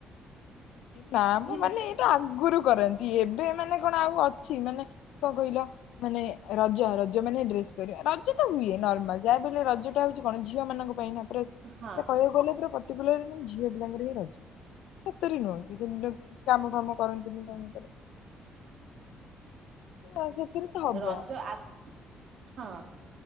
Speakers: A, on the left (about 80°); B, on the right (about 60°).
A: ନା ମଁ
B: ଦିଟା
A: ମାନେ ଏଇଟା ଆଗରୁ କରନ୍ତି। ଏବେ ମାନେ କଣ ଆଉ ଅଛି। ମାନେ କଣ କହିଲା? ମାନେ ରଜ, ରଜ ମାନେ ଡ୍ରେସ କରିବା। ରଜ ତ ହୁଏ। ନର୍ମାଲ ଯାହାଫଳରେ ରଜଟା ହଉଛି କଣ ଝିଅ ମାନଙ୍କ ପାଇଁ ଖା ପୁରା,
B: ହଁ
A: ପୁରା କହିବାକୁ ଗଲେ ପୁରା ପର୍ଟିକୁଲାର ମାନେ ଝିଅ ପିଲାଙ୍କର ହିଁ ରଜ। ସେତରେ ନୁହଁନ୍ତି ସେ କିଛି କାମ ଫାମ କରନ୍ତିନି କଣ କର <unintelligible> ଆଉ ସେଥିରେ ତ ହବ
B: ରଜ ଆ ହଁ <unintelligible>